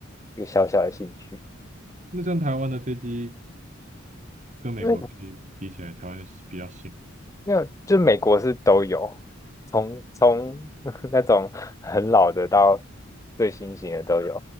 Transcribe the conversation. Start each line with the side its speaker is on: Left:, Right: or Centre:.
Left: 一个小小的兴趣。
Right: 那这样台湾的飞机跟美国飞机比起来，
Left: 因为
Right: 台湾是比较新。
Left: 没有，就美国是都有，从从 <laughs> 那种很老的到最新型的都有，